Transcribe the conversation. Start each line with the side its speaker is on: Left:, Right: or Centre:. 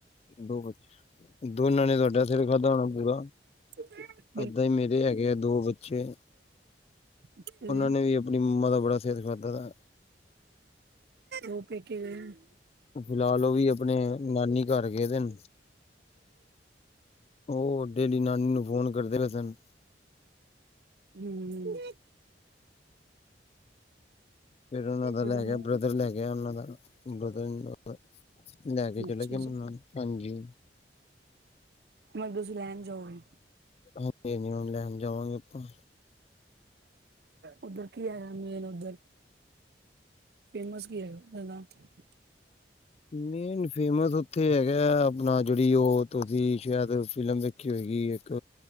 Left: ਦੋ ਬੱਚੇ, ਦੋਨਾਂ ਨੇ ਤੂਆਡਾ ਸਿਰ ਖਾੱਦਾ ਹੋਣਾ ਪੂਰਾ?
Right: <inaudible>
Left: ਐਦਾਂ ਈ ਮੇਰੇ ਹੈਗੇ ਆ ਦੋ ਬੱਚੇ
Right: <unintelligible>
Left: ਓਨੇ ਵੀ ਆਪਣੀ ਮੱਮਾ ਦਾ ਬੜਾ ਸੇਰ ਖਾਦਾ ਦੈ।
Right: ਓ ਪੇਕੇ ਗਏ ਹੋਏ ਨ?
Left: ਫਿਲਾਲ ਓ ਵੀ ਆਪਣੇ, ਨਾਨੀ ਘਾਰ ਗਏਦੇ ਨ। ਓ ਡੇਲੀ ਨਾਨੀ ਨੂੰ ਫੋਨ ਕਰਦੇ ਰੇ ਸਨ
Right: ਹੂੰ
Left: ਫੇਰ ਓਨਾਂ ਦਾ
Right: ਹਮ
Left: ਲੈ ਗੇਆ
Right: ਹਾਂ
Left: ਬ੍ਰਦਰ ਲੈ ਗੇਆ ਓਨਾਂ ਦਾ, ਬ੍ਰਦਰ <unintelligible> ਲੈ ਕੇ
Right: ਅੱਛਾ
Left: ਚਲੇਗੇ ਨ
Right: ਜੀ
Left: ਓਨਾਂ ਨ, ਹਾਂਜੀ।
Right: ਹੋਨ ਤੂਸੀ ਲੈਨ ਜਾਓਗੇ?
Left: ਹਾਂਜੀ, <unintelligible> ਲੈਨ ਜਾਵਾਂਗੇ ਆਪਾਂ।
Right: ਓਦਰ ਕੀ ਆਏਆ ਮੇਨ ਓਦਰ? ਫੇਮਸ ਕੀ ਹੈਗਾ <unintelligible>
Left: ਮੇਨ ਫੇਮਸ ਓਥੇ ਹੈਗੈ <unintelligible> ਜੇੜੀ ਓ ਤੁਸੀ ਸੈ਼ਦ ਓ ਫਿਲਮ ਵੇਖੀ ਹੋਏਗੀ ਏੱਕ